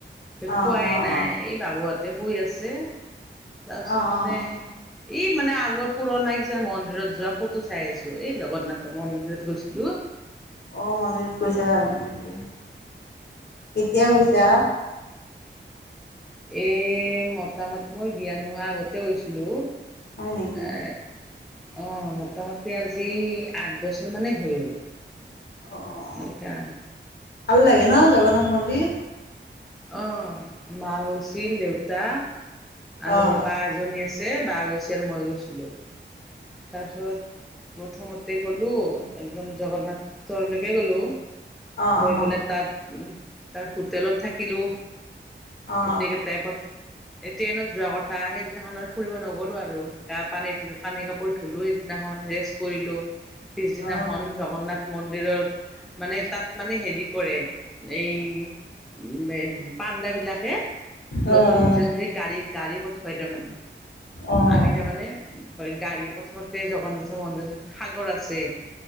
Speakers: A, in the centre; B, on the left.
A: খোৱাই
B: অ' অ'
A: নাই এই বাবহতে শুই আছে তাৰপিছত
B: অ' অ'
A: মানে
B: অ'
A: এই মানে আগৰ পুৰণা কিছ মন্দিৰত যোৱা ফটো চাই আছো এই জগন্নাথৰ মন্দিৰত গৈছিলো
B: অ মন্দিৰত কৈছা য নেকি কেতিয়া কৈছা
A: এ মতামত মই বিয়া নোহোৱা আগতে গৈছিলো
B: হয় নেকি?
A: এ অ মোটামুটি আজি আঠ বছৰ মানেই হৈ গ'ল
B: আহ
A: এতিয়া
B: ভাল লাগে ন জগন্নাথ মন্দিৰ
A: অ মা হৈৈছিল দেউতা আৰু
B: অ'
A: বা এজনী আছিল ব গছ আৰু মই গৈছিলো তাৰপিছত প্ৰথমতে গ'লো একদম জগন্নাথৰলৈকে গ'লো
B: অ'
A: গৈ
B: অ'
A: পেলাই তাত উ তাত হোটেলত থাকিলো
B: অ' অ'
A: প্ৰতকে তাই পাত এই ট্ৰেইনত যোৱা কথা সেইদিনাখন ফুৰিব নগ'লো আৰু গা পানী পানী কাপ থলো সেইদিনাখন ৰেষ্ট কৰিলো পিছদিনাখন
B: অ'
A: জগন্নাথ মন্দিৰত মানে তাত মানে হেৰি কৰে এই উ পাণ্দা বিলাকে সিহতো
B: অ'
A: নিজে নিজে গাড়ীৰ গাড়ী বথ হয় ন মানে
B: অ'
A: আমি তাৰমানে গাড়ী প্ৰথমতে জগন্নাথৰ মন্দিৰ সাগৰ আছে